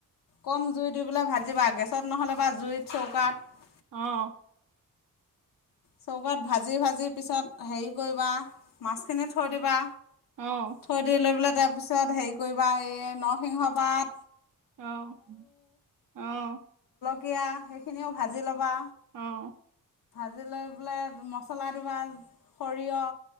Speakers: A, on the left (about 80°); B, on the right (about 70°).
A: কম জুই দি পেলাই ভাজিবা, গেছত নহ'লে বা জুইত চৌকাত
B: অ'
A: চৌকাত ভাজি ভাজি পিছত হেৰি কৰিবা, মাছখিনি থৈ দিবা।
B: অ',
A: থৈ দি লৈ পেলায় তাৰপিছত তাৰপিছত হেৰি কৰিবা, এই নৰসিংহ পাত
B: অঁ, অঁ
A: কীয়া, সেইখিনিও ভাজি ল'বা।
B: অঁ
A: আজি লৈ‌ পেলায় মছলা দিবা, সৰিয়হ